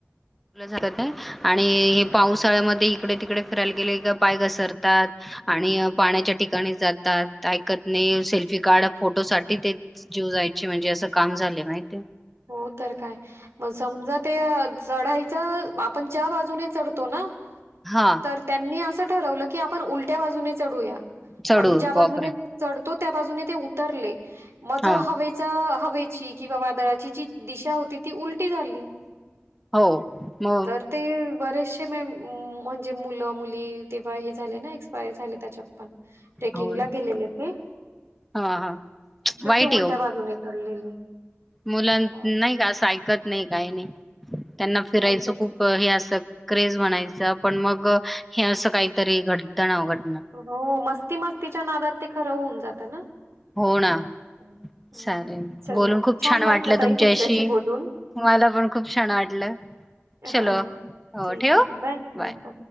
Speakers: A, in the centre; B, on the right.
A: <unintelligible> आणि हे पावसाळ्यामध्ये इकडे तिकडे फिरायला गेले. का पाय घसरतात, आणि पाण्याच्या ठिकाणी जातात. ऐकत नाही सेल्फी काढ फोटो साठी ते जीव जायची म्हणजे असं काम झाले माहितीयं.
B: हो तर, काय मग समजा ते चढायं चं आपण च्या बाजूने चढतो ना,
A: हा
B: तर त्यांनी असं ठरवलं की आपण उलट्या बाजूने चढूया
A: चढू
B: आणि ज्या बाजूने
A: बापरे
B: चढ तो त्या बाजूने ते उ उतरले म जो
A: हा
B: हवेचा हवेशी किंवा वादळा तीची दिशा होती ती उलटी उलटी झाली,
A: हो मग
B: तर ते बरेचसे ते म्हणजे मुलं-मुली तेव्हा हे झाले ना, एक्सपायर झाले त्याच्यात पण. ट्रेकिंगला
A: हो ना
B: गेलेले ते
A: हा हा
B: तर,
A: वाईट
B: ते उलट्या बाजूने चढलेले.
A: मुला नाही
B: हो,
A: का असं ऐकत नाही. नाही काही नाही. त्यांना फिरायचं
B: त्यांच्याच
A: खूप हे असं क्रेज म्हणायचं? पण मग हे असं काहीतरी, घडतं ना अवघड.
B: हो मस्त मस्तीच्या नादात ते खंर होऊन जातं. ना.
A: हो ना,
B: हं, हं.
A: चालेल
B: चलो
A: बोलून खूप छान वाटलं.
B: ताई
A: तुमच्याशी
B: बोलून.
A: मला पण खूप छान वाटलं. चलो
B: हो ठीक
A: ठेवू
B: आहे
A: बाय.
B: हो.